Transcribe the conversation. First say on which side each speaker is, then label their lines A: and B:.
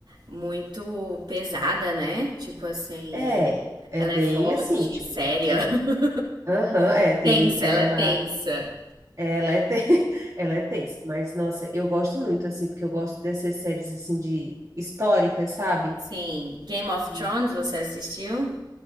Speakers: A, on the right; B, on the right.
A: muito pesada, né? Tipo assim,
B: é, é
A: ela
B: bem
A: é forte,
B: assim, tipo,
A: séria.
B: é.
A: <laughs>
B: Aham, é, tem,
A: Tensa,
B: ela,
A: ela é tensa.
B: ela é, te- <laughs> ela é tensa, mas, nossa, eu gosto muito, assim, porque eu gosto dessas séries, assim, de históricas, sabe?
A: Sim. Game of
B: E
A: Thrones, você assistiu?